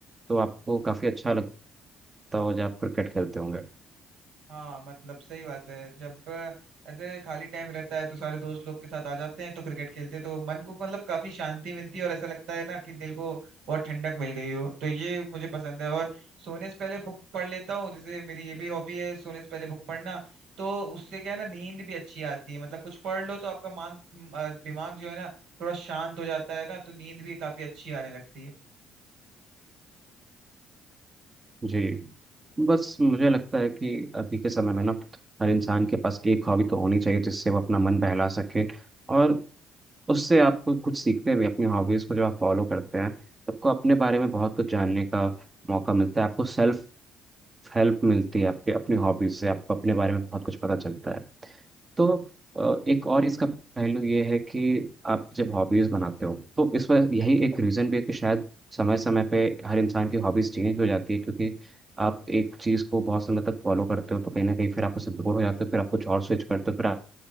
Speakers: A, on the right (about 30°); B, on the right (about 75°).
A: तो आपको काफ़ी अच्छा लगता हो जब आप क्रिकेट खेलते होंगे
B: हाँ मतलब सही बात है जब अ, ऐसे खाली टाइम रहता है तो सारे दोस्त लोग के साथ आ जाते हैं तो क्रिकेट खेलते हैं तो मन को मतलब काफी शांति मिलती है और ऐसा लगता है ना कि दिल को बहुत ठंडक मिल गई हो तो ये मुझे पसंद है और सोने से पहले बुक पढ़ लेता हूँ जैसे मेरी ये भी हॉबी है सोने से पहले बुक पढ़ना तो उससे क्या है ना नींद भी अच्छी आती है मतलब कुछ पढ़ लो तो आपका मान म, अ, दिमाग जो है ना थोड़ा शांत हो जाता है ना तो नींद भी काफी अच्छी आने लगती है
A: जी बस मुझे लगता है कि अभी के समय में ना हर इंसान के पास एक हॉबी तो होनी चाहिए जिससे वो अपना मन बहला सके और उससे आप कुछ सीखते भी अपनी हॉबीज़ को जब आप फॉलो करते हैं तो आपको अपने बारे में बहुत कुछ जानने का मौका मिलता है आपको सेल्फ हेल्प मिलती है आपके अपनी हॉबीज से आपको अपने बारे में बहुत कुछ पता चलता है तो अ, एक और इसका पहलू ये है कि आप जब हॉबीज बनाते हो तो इस वजह यही एक रीजन भी है कि शायद समय समय पे हर इंसान की हॉबीज चेंज हो जाती है क्योंकि आप एक चीज को बहुत समय तक फॉलो करते हो तो कहीं ना कहीं फिर आप उससे बोर हो जाते हो फिर आप कुछ और स्विच करते हो फिर आप